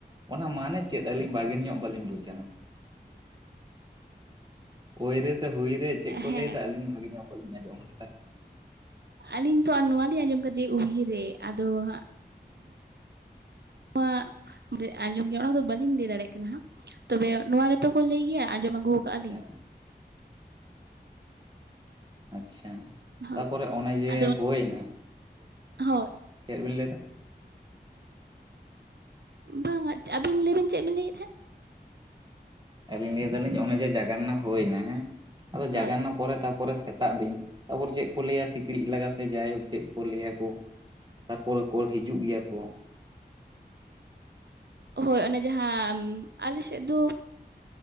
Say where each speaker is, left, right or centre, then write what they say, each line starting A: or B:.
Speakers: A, on the right; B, on the right.
A: ᱚᱱᱟ ᱢᱟᱱᱮ ᱪᱮᱫ ᱟᱹᱞᱤᱧ ᱵᱟᱜᱤᱱ ᱧᱚᱜ ᱵᱟᱹᱞᱤᱧ ᱵᱩᱡᱱᱟ ᱳᱭ ᱨᱮᱥᱮ ᱦᱩᱭᱩᱭ ᱨᱮ ᱪᱮᱫ ᱠᱚ
B: ᱦᱮᱸ
A: ᱞᱟᱹᱭᱮᱫᱟ ᱟᱹᱞᱤᱧ ᱵᱷᱟᱹᱜᱤ ᱧᱚᱜ ᱵᱟᱹᱞᱤᱧ ᱟᱸᱡᱚᱢ ᱦᱚᱸ ᱠᱟᱫᱟ‌
B: ᱟᱹᱞᱤᱧ ᱛᱚ ᱱᱚᱣᱟ ᱞᱤᱧ ᱟᱸᱡᱚᱢ ᱟᱠᱟᱫᱟ ᱡᱮ ᱩᱵᱷᱤᱨᱮ ᱟᱫᱚᱟᱸᱜ ᱭᱟᱹ ᱡᱮ ᱟᱸᱡᱚᱢ ᱜᱮᱭᱟ ᱚᱱᱟ ᱠᱚᱫᱚ ᱵᱟᱟᱹᱞᱤᱧ ᱞᱟᱹᱭ ᱫᱟᱲᱮᱭᱟᱜ ᱠᱟᱱᱟ ᱦᱟᱸᱜ ᱛᱚᱵᱮ ᱱᱚᱣᱟ ᱜᱮᱛᱚ ᱠᱚ ᱞᱟᱹᱭ ᱜᱮᱭᱟ ᱟᱸᱡᱚᱢ ᱟᱹᱜᱩ
A: ᱟᱪᱪᱷᱟ
B: ᱠᱟᱜᱼᱟ ᱞᱤᱧ
A: ᱟᱪᱪᱷᱟ
B: ᱦᱳᱭ
A: ᱛᱟᱯᱚᱨᱮ ᱚᱱᱮ ᱡᱮ
B: ᱟᱫᱚ
A: ᱦᱩᱭᱮᱱᱟ
B: ᱦᱳᱭ
A: ᱪᱮᱫ ᱵᱤᱱ ᱞᱟᱹᱭ ᱮᱟᱫᱟ‌
B: ᱵᱟᱝᱟ ᱟᱹᱵᱤᱱ ᱞᱟᱹᱭ ᱵᱤᱱ ᱪᱮᱫ ᱵᱤᱱ ᱞᱟᱹᱭᱮᱫ ᱛᱟᱦᱮᱸᱫ
A: ᱟᱹᱞᱤᱧ ᱞᱟᱹᱭᱫᱟᱞᱤᱧ ᱚᱱᱮ ᱡᱮ ᱡᱟᱜᱟᱱᱱᱟ ᱦᱩᱭᱱᱟ ᱦᱮᱸ ᱟᱫᱚ ᱡᱟᱜᱟᱱᱱᱟ
B: ᱦᱳᱭ
A: ᱯᱚᱨᱮ ᱛᱚᱨ ᱛᱟᱨᱯᱚᱨᱮ ᱥᱮᱛᱟᱜ ᱫᱤᱱ ᱛᱟᱨᱯᱚᱨ ᱪᱮᱫ ᱠᱚ ᱞᱟᱹᱭᱟ ᱥᱤᱠᱲᱤᱡ ᱞᱟᱜᱟ ᱥᱮ ᱡᱟᱭᱦᱳᱠ ᱪᱮᱫ ᱠᱚ ᱞᱟᱹᱭᱟ ᱠᱚ ᱛᱟᱨᱯᱚᱨᱮ ᱠᱚ ᱦᱤᱡᱩᱜ ᱜᱮᱭᱟ ᱠᱚ
B: ᱦᱳᱭ ᱚᱱᱮ ᱡᱟᱦᱟᱸ ᱟᱞᱮ ᱥᱮᱫ ᱫᱚ